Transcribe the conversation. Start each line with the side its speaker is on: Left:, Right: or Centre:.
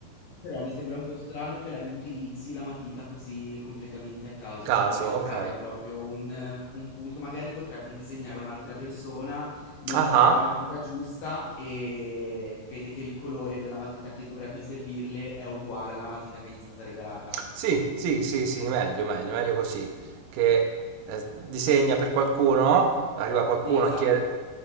Left: Però mi sembra un po' strano che la utilizzi la matita così completamente a caso,
Right: A caso,
Left: cioè vorrei trovare
Right: ok.
Left: proprio un, un punto, magari potrebbe disegnare un'altra persona, non
Right: Ah,
Left: trova
Right: ah.
Left: la matita giusta e vede che il colore della matita che dovrebbe servirle è uguale alla matita che gli è stata regalata.
Right: Sì, sì, sì, sì, meglio, meglio, meglio così, che eh, disegna per qualcuno, arriva qualcuno
Left: Sì, esatto.
Right: a chiedere...